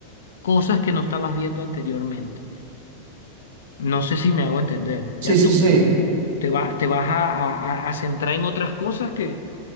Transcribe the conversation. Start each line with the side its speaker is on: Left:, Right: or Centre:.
Left: cosas que no estabas viendo anteriormente. No sé si me hago entender.
Right: Sí,
Left: Ya
Right: sí,
Left: tú
Right: sí,
Left: tú te va- te vas a a- a- a centrar en otras cosas que